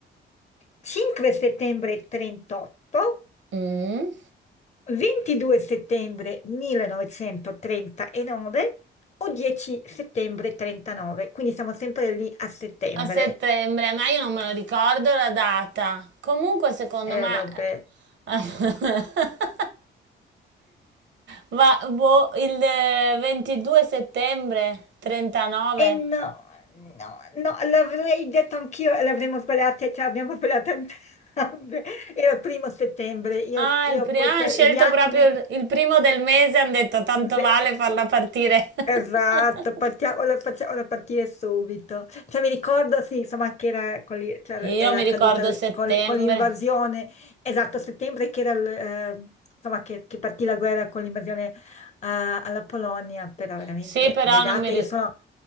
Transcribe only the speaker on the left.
5 settembre 38,
22 settembre 1939 o 10 settembre 39, quindi siamo sempre lì a settembre.
Eh,
vabbè.
E no, no, no, l'avrei detto anch'io e l'avremmo sbagliata, cioè abbiamo sbagliato entrambe. <laughs> Era il primo settembre, io,
io
poi,
cioè,
gli anni,
me-
Sì,
Esatto, facciamola, facciamola partire subito. Cioè, mi ricordo, sì, insomma, che era, con l'i- cioè,
era
accaduta
lì-
con, con l'invasione, esatto, a settembre che era, l- eh, insomma, che, che partì la guerra con l'invasione ah, alla Polonia, però veramente
le date,
io sono,